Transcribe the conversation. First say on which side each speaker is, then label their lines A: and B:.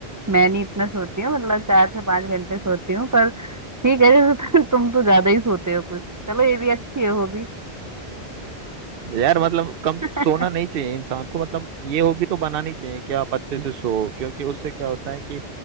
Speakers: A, on the right; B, on the right.
A: मैं नहीं इतना सोती हूँ मतलब चार से पांच घंटे सोती हूँ पर ठीक है जैसे <laughs> तुम तुम तो ज्यादा ही सोते हो कुछ चलो ये भी अच्छी है हॉबी
B: यार मतलब कम
A: <laughs>
B: सोना नहीं चाहिए इंसान को मतलब ये हॉबी तो बनानी चाहिए कि आप अच्छे से सो क्योंकि उससे क्या होता है कि